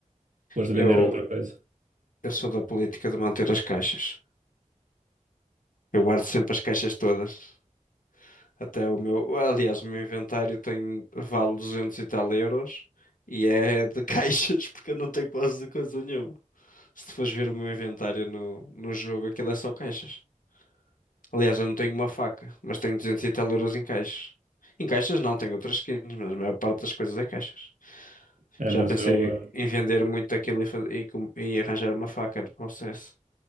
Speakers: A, on the right; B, on the left.
A: depois de
B: Eu,
A: vender outra coisa.
B: eu sou da política de manter as caixas. Eu guardo sempre as caixas todas. Até o meu. Aliás, o meu inventário tem. Vale 200 e tal euros. E é de caixas, <laughs> porque eu não tenho quase de coisa nenhuma. Se tu fores ver o meu inventário no, no jogo, aquilo é só caixas. Aliás, eu não tenho uma faca, mas tenho 200 e tal euros em caixas. Em caixas não, tenho outras skins, mas a maior parte das coisas é caixas.
A: É,
B: Já
A: mas
B: pensei
A: eu, eh,
B: em vender muito daquilo e, faz- e, com- e arranjar uma faca no processo.